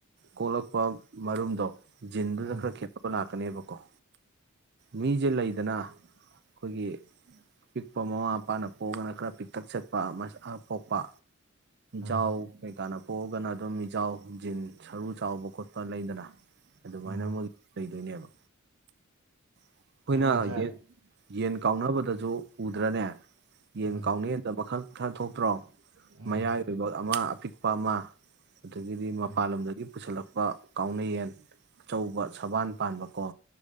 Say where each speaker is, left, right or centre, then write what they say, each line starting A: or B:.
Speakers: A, on the right; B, on the right.
A: ꯀꯣꯛꯂꯛꯄ ꯃꯔꯨꯝꯗꯣ ꯖꯤꯟ ꯗꯨꯗꯥ
B: ꯎꯝ
A: ꯈ꯭ꯔꯥ ꯈꯦꯇꯅꯕꯥ ꯂꯛꯅꯤ꯫ ꯂꯥꯛꯀꯅꯦꯕꯀꯣ ꯃꯤꯁꯦ ꯂꯩꯗꯅ ꯑꯩꯈꯣꯏꯒꯤ ꯑ ꯄꯤꯛꯄ ꯃꯃꯥ ꯃꯄꯥꯅ ꯄꯣꯛꯑꯒꯅ ꯈꯔ ꯄꯤꯛꯇꯠ ꯆꯠꯄ ꯄꯣꯛꯄ
B: ꯑꯥ
A: ꯌꯥꯎ ꯀ ꯀꯥꯟ ꯄꯣꯛꯑꯒꯅ ꯑꯗꯨꯝ ꯏꯖꯥꯎ ꯖꯤꯟ ꯁꯥꯔꯨ ꯆꯥꯑꯣꯕꯥ ꯈꯣꯇꯥ ꯂꯦꯏꯗꯅꯥ꯫ ꯑꯗꯨꯃꯥꯏꯅꯥ
B: ꯑꯣ
A: ꯃꯣꯏ ꯂꯦꯏ꯫ ꯊꯅꯤꯕ ꯑꯩꯈꯣꯏꯅ
B: ꯀꯩꯅꯣꯁꯦ
A: ꯌꯦꯟ ꯌꯦꯟ ꯀꯥꯎꯅꯕꯗꯁꯨ ꯎꯗ꯭ꯔꯥꯅꯦ꯫ ꯌꯦꯟ
B: ꯎꯝ
A: ꯀꯥꯎꯅꯌꯦꯗ ꯃꯈꯜ ꯊꯥ ꯊꯣꯛꯣꯛꯇ꯭ꯔꯣ
B: ꯎꯝ
A: ꯃꯌꯥꯏ ꯑꯣꯏꯕ ꯑꯃ ꯄꯤꯛꯄꯥ ꯑꯥꯃꯥ꯫ ꯑꯗꯨꯗꯥꯒꯤ ꯗ ꯃꯥꯅꯆꯤꯡ
B: ꯑꯣ
A: ꯂꯃꯗꯥꯒꯤ꯫ ꯄꯨꯁꯤꯜꯂꯛꯄ ꯀꯥꯎꯅꯌꯦꯟ ꯑꯆꯧꯕ ꯁꯕꯥꯟ ꯄꯥꯟꯕꯀꯣ